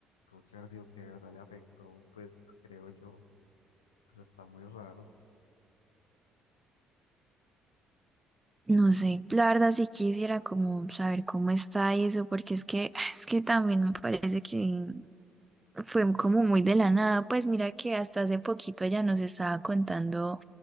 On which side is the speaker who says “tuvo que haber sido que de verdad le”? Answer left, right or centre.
Left